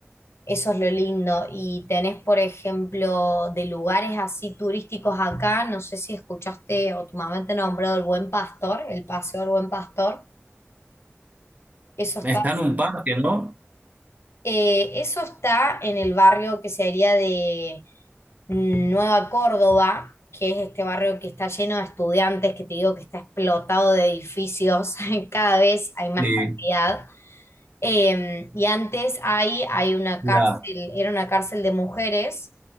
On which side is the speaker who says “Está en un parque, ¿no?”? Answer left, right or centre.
Right